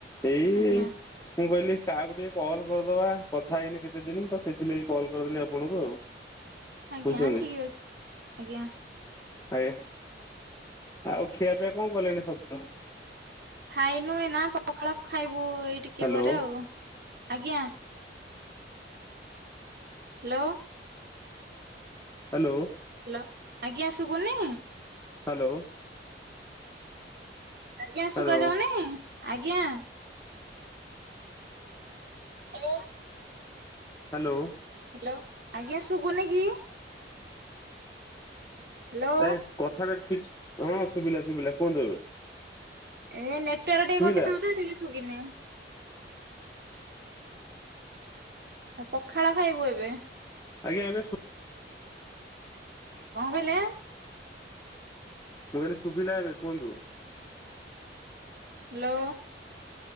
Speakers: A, on the left; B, on the right.
A: ଏଇ।
B: ଆଜ୍ଞା
A: ମୁଁ କହିଲି କାହାକୁ ଟିକେ କଲ୍ କରିଦବା କଥା ହେଇନି କେତେ ଦିନ ତ ସେଥିଲାଗି କଲ୍ କରିଦେଲି ଆପଣଙ୍କୁ ଆଉ।
B: ଆଜ୍ଞା
A: ବୁଝୁଛନ୍ତି
B: ଠିକ୍ ଅଛି ଆଜ୍ଞା।
A: ଆଜ୍ଞା ଆଉ ଖିଆପିଆ କଣ କଲେଣି ସକାଳୁ।
B: ଖାଇନୁ ଏଇନା ପଖାଳ ଖାଇବୁ ଏଇ ଟିକେ
A: ହ୍ୟାଲୋ
B: ପରେ ଆଉ ଆଜ୍ଞା। ହ୍ୟାଲୋ।
A: ହ୍ୟାଲୋ।
B: ହ୍ୟାଲୋ ଆଜ୍ଞା ସୁଗୁନି?
A: ହାଲୋ।
B: ଆଜ୍ଞା, ଶୁଗା
A: ହ୍ୟାଲୋ
B: ଯାଉନି ଆଜ୍ଞା। <unintelligible>
A: ହାଲୋ।
B: ହ୍ୟାଲୋ ଆଜ୍ଞା ଶୁଗୁନି କି? ହ୍ୟାଲୋ
A: ଏ କଥା ଟା ଟିକଶ୍ ହଁ ଶୁଭିଲା ଶୁଭିଲା କୁହନ୍ତୁ ଏବେ।
B: ଏ ନେଟୱାର୍କ ଟିକେ
A: ଶୁଭିଲା
B: କଟି ଥିବ ତ ସେଥ ପାଇଁ ସୁଗିନି। ପଖାଳ ଖାଇବୁ ଏବେ।
A: ଆଜ୍ଞା, ଏବେ ଶୁ
B: କଣ କହିଲେ?
A: ମୁଁ କହିଲି ସୁବିଲା ଏବେ କୁହନ୍ତୁ।
B: ହ୍ୟାଲୋ।